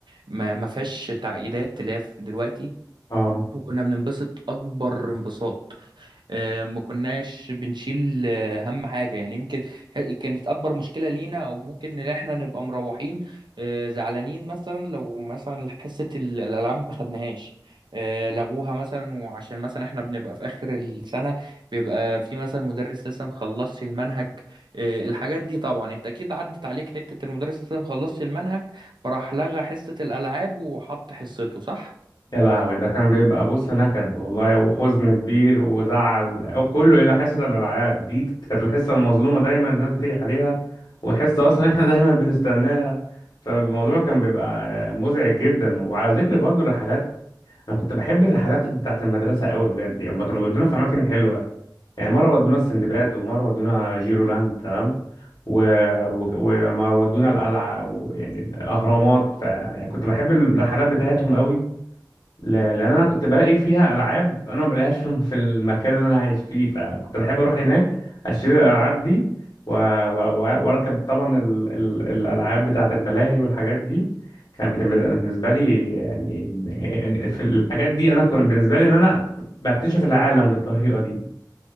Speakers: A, on the right; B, on the left.
A: ما ما فيهاش تعقيدات تلاف دلوقتي
B: اه
A: وكنا بننبسط أكبر انبساط آه، ما كناش بنشيل آه، هم حاجة يعني يمكن ح- كانت أكبر مشكلة لينا أو ممكن إن إحنا نبقى مروحين آه، زعلانين مثلا لو مثلا حصة ال- الألعاب ما خدناهاش آه، لغوها مثلا وعشان مثلا إحنا بنبقى في آخر السنة بيبقى في مثلا مدرس لسه مخلصش المنهج آه، الحاجات دي طبعا أنت أكيد عدت عليك حتة المدرس لسه مخلصش المنهج فراح لغى حصة الألعاب وحط حصته صح؟
B: يا لهوي ده كان بيبقى بص نكد والله وحزن كبير وزعل أو كله الى حصه الالعاب دي كانت الحصه المظلومه دايما الناس بتيجي عليها والحصه اصلا <laughs> احنا دايما بنستناها فالموضوع كان بيبقى مزعج جدا وعلى ذكر برضو الرحلات انا كنت بحب الرحلات بتاعت المدرسه قوي بجد يعني هما كانوا بيودونا في اماكن حلوه يعني مره ودونا السندباد ومره ودونا جيرولاند تمام و... و... وما ودونا القلعه ويعني الاهرامات ف... يعني كنت بحب الرحلات بتاعتهم قوي ل- لان انا كنت بلاقي فيها العاب انا ما بلاقيهاش في الم- في المكان اللي انا عايش فيه فكنت بحب اروح هناك اشتري الالعاب دي و- و- و- واركب طبعا ال... ال... الالعاب بتاعه الملاهي والحاجات دي كانت بتم... أنا بالنسبه لي يعني في الحاجات دي انا كان بالنسبه لي ان انا بكتشف العالم بالطريقه دي